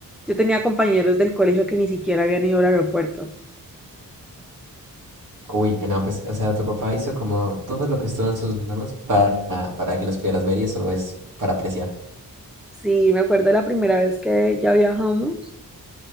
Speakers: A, in the centre; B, on the right.
A: Yo tenía compañeros del colegio que ni siquiera habían ido al aeropuerto.
B: Uy, no, pues, o sea, tu papá hizo como todo lo que estuvo en sus manos para, para que los pudieras ver y eso es para apreciar.
A: Sí, me acuerdo la primera vez que ya viajamos.